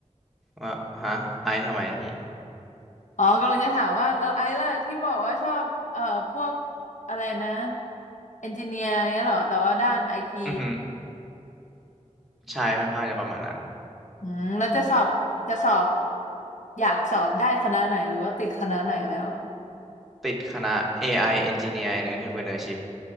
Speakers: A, in the centre; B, on the left.
A: ว่าฮะไอซ์ทำไมพี่
B: อ๋อกำลังจะถามว่าแล้วไอ้ล่ะที่บอกว่าชอบเอ่อพวกอะไรนะเอนจิเนียร์เงี้ยเหรอแต่ว่าด้านไอที
A: อือฮึใช่ค่อนข้างจะประมาณนั้น
B: อืมแล้วจะสอบจะสอบอยากสอบได้คณะไหนหรือว่าติดคณะไหนแล้ว
A: ติดคณะ AI Engineer and Entrepreneurship